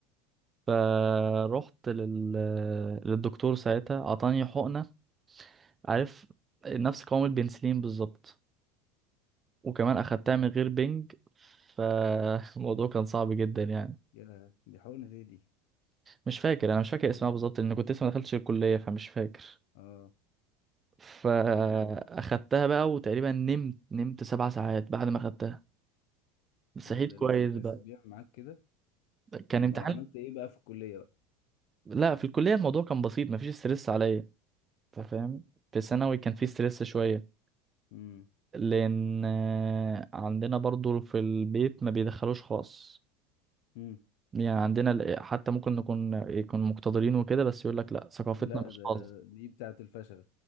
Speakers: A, on the right (about 25°); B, on the left (about 70°).
A: فروحت لل... للدكتور ساعتها اعطاني حقنة عارف نفس قوام البنسلين بالظبط وكمان اخدتها من غير بنج فالموضوع <laughs> كان صعب جدا يعني
B: يا دي حقنة ايه دي
A: مش فاكر انا مش فاكر اسمها
B: ده-
A: بالظبط لان كنت لسه ما دخلتش الكلية فمش فاكر
B: اه
A: فاخدتها
B: لا
A: بقى وتقريبا نمت نمت سبع ساعات بعد ما اخدتها صحيت
B: لا ده
A: كويس
B: الاسترس
A: بقى
B: بيعمل معاك كده
A: كان
B: امال
A: امتحان
B: عملت ايه بقى في الكلية بقى
A: لا في الكلية الموضوع كان بسيط مفيش ستريس عليا انت فاهم في ثانوي كان في ستريس شوية
B: امم
A: لان آه، عندنا برضو في البيت ما بيدخلوش خاص
B: امم
A: يعني عندنا ال- حتى ممكن نكون يكون مقتدرين وكده بس يقول لك لا ثقافتنا
B: لا
A: مش
B: ده
A: خاص
B: دي بتاعة الفشل